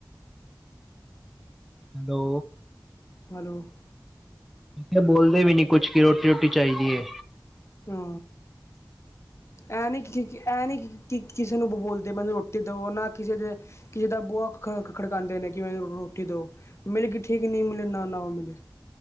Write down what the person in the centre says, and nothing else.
ਹੈਲੋ।
ਮਮੈ ਕਿਹਾ, ਬੋਲਦੇ ਵੀ ਨੀ ਕੁਛ ਕਿ ਰੋਟੀ-ਰੂਟੀ ਚਾਹੀਦੀ ਹੈ।